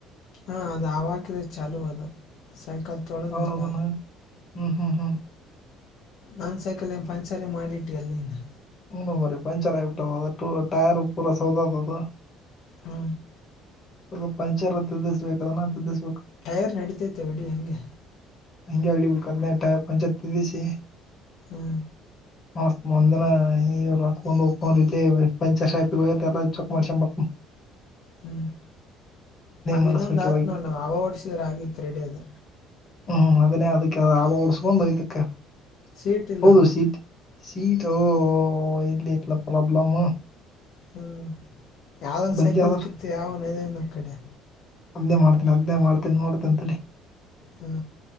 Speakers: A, on the left; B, on the left.
A: ಹಾ ಅದ ಆವಕಿದ ಚಾಲೂ ಅದ ಸೈಕಲ್ ತೊಳೆದಿಲ್ಲ
B: ಹ ಅವಮನ ಹ ಹ ಹ
A: ನನ್ ಸೈಕಲ್ ಪಂಚಲೆ ಮಾಡಿಟ್ಟಿಯಲ್ಲ ನೀನ್
B: ಹ್ಮನು ಮರ ಪಂಚರ್ ಆಗಿಬಿಟ್ಟ ಟು ಟೈರ್ ಪೂರ ಸೌದದ ಅದ.
A: ಹ್ಮ
B: ಅದ ಪಂಚರ್ ತದಿಸಬೇಕದ ನ ತದಿಸಬೇಕ
A: ಟೈರ್ ನಡೀತೈತೆ ವಡಿ ಹಂಗೆ
B: ಹಂಗೆ ಹೊಡಿಬೇಕ ಹದಿನೇ ಟೈರ್ ಪಂಚರ್ ತಗಿಸಿ
A: ಹ್ಮ
B: <inaudible> ಮಾಡಿಸ್ತನ ಒಂದಿನ ಈವ ರೋಕ್ಬಂದವಪ ಇಲ್ಲಿ ಪಂಚರ್ ಶಾಪ್ಗೋಗ ಹೋಗಿ ಎಲ್ಲಾ ಚಕ್ ಮಾಡ್ಸ ಬರ್ತನ. <inaudible>
A: ಹ್ಮ ಅದ
B: ಮಾಡಿಸ್ಬೇಕು
A: ಇನ್ನೊಂದ ಆತ
B: ಇವಾಗ
A: ನೋಡ್ದ್ನವ ಅವ ಹೊಡಸಿದ್ರ ಆಗಿತ್ ರೆಡಿ ಅದ
B: ಹ್ಮ ಅದನೇ ಅದಕ್ಕೆ ಅ ಆವ ಓಡಸ್ಕೊಂಡು ಇದಕ್ಕೆ
A: ಸೀಟ್ ಇಲ್ಲ
B: ಹೌದು
A: ಅಲ್ಲ
B: ಸೀತ್ ಸೀಟೋ ಇಲ್ಲಿ ಐತಲ್ಲ ಪ್ರಾಬ್ಲಮ್.
A: ಹ್ಮ ಯಾವ್ದ ಒನ್
B: ಬದ್ಲಿ
A: ಸೈಕಲ್ದ್
B: ಆದ್ರ
A: ಕಿತ್ತ ಯಾವನ್ ಒಯ್ದನ ಆಕಡೆ
B: ಅದ್ನೇ ಮಾಡ್ತನಿ ಅದನ್ನೇ ಮಾಡ್ತೀನಿ ನೋಡ್ತಿನ ತಡಿ.
A: ಹ್ಮ